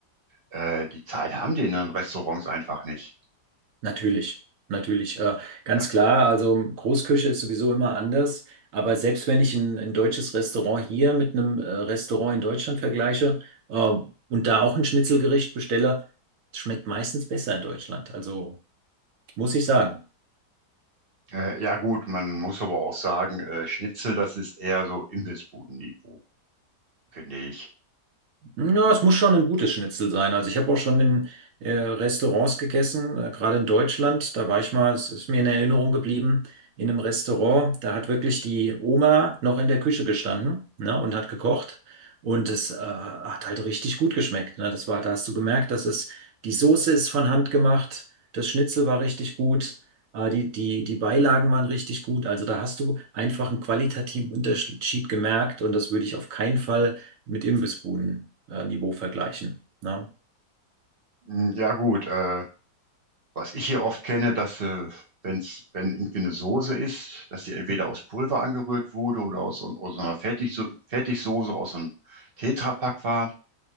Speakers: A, on the right (about 40°); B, on the right (about 60°).
A: Äh, die Zeit haben die in den Restaurants einfach nicht.
B: Natürlich, natürlich. Äh, ganz
A: Ja.
B: klar, also Großküche ist sowieso immer anders. Aber selbst wenn ich ein, ein deutsches Restaurant hier mit einem äh, Restaurant in Deutschland vergleiche äh, und da auch ein Schnitzelgericht bestelle, schmeckt meistens besser in Deutschland. Also muss ich sagen.
A: Äh, ja gut, man muss aber auch sagen, äh, Schnitzel, das ist eher so Imbissbuden-Niveau, finde ich.
B: Ja, es muss schon ein gutes Schnitzel sein. Also ich habe auch schon in äh, Restaurants gegessen, äh, gerade in Deutschland. Da war ich mal, es ist mir in Erinnerung geblieben, in einem Restaurant. Da hat wirklich die Oma noch in der Küche gestanden, ne, und hat gekocht. Und es äh, hat halt richtig gut geschmeckt. Ne? Das war, da hast du gemerkt, dass es die Soße ist von Hand gemacht, das Schnitzel war richtig gut, äh, die, die, die Beilagen waren richtig gut. Also da hast du einfach einen qualitativen Unterschied gemerkt und das würde ich auf keinen Fall mit Imbissbuden-Niveau vergleichen. Ne?
A: Hm, Ja gut, äh, was ich hier oft kenne, dass äh, wenn's, wenn irgendwie eine Soße ist, dass sie entweder aus Pulver angerührt wurde oder aus, so- aus so einer Fertigso Fertigsoße, aus einem Tetrapack war.